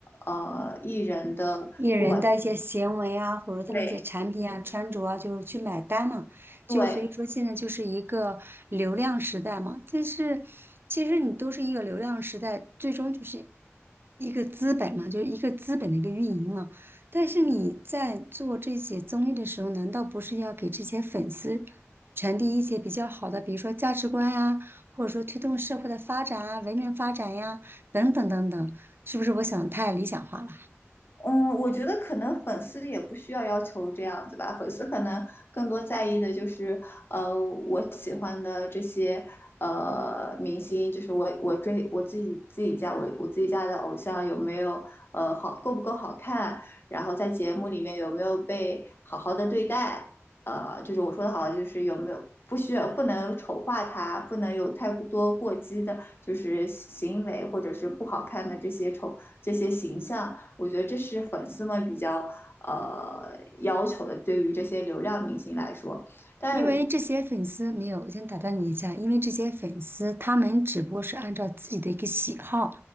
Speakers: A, on the left; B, on the right.
A: 呃艺人的不管
B: 艺人的一些行为啊，或者他们一些产品啊、
A: 对
B: 穿着啊，就是去买单嘛。
A: 对
B: 就所以说，现在就是一个流量时代嘛。但是，其实你都是一个流量时代，最终就是一个资本嘛，就是一个资本的一个运营嘛。但是你在做这些综艺的时候，难道不是要给这些粉丝传递一些比较好的，比如说价值观呀、或者说推动社会的发展啊、文明发展呀、等等等等？是不是我想得太理想化了？
A: 嗯，我觉得可能粉丝也不需要要求这样子吧，粉丝可能更多在意的就是，呃，我喜欢的这些呃明星，就是我我追我自己自己家我我自己家的偶像有没有呃好够不够好看，然后在节目里面有没有被好好的对待，呃，就是我说的好就是有没有不需要不能丑化他，不能有太多过激的，就是行为或者是不好看的这些丑这些形象。我觉得这是粉丝们比较呃要求的，对于这些流量明星来说。但
B: 因为这些粉丝没有，我先打断你一下，因为这些粉丝他们只不过是按照自己的一个喜好，